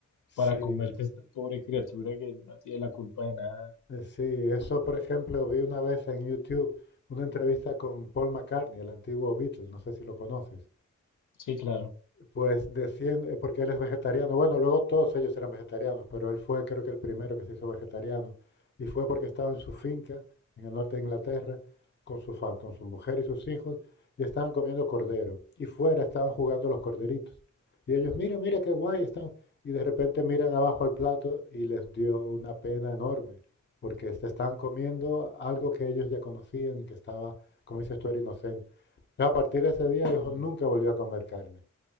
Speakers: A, on the left; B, on the left.
A: sí,
B: para comerte esta pobre criatura que no tiene la culpa de nada.
A: eh, sí, eso por ejemplo vi una vez en YouTube una entrevista con Paul McCartney, el antiguo Beatles, no sé si lo conoces.
B: Sí, claro.
A: Pues desciende, porque él es vegetariano. Bueno, luego todos ellos eran vegetarianos, pero él fue creo que el primero que se hizo vegetariano. Y fue porque estaba en su finca, en el norte de Inglaterra, con su, fa- con su mujer y sus hijos, y estaban comiendo cordero. Y fuera estaban jugando los corderitos. Y ellos, mira, mira qué guay están. Y de repente miran abajo al plato y les dio una pena enorme, porque se estaban comiendo algo que ellos ya conocían y que estaba, como dices tú, era inocente. Entonces, a partir de ese día, dijo,
B: Mm.
A: nunca volvió a comer carne.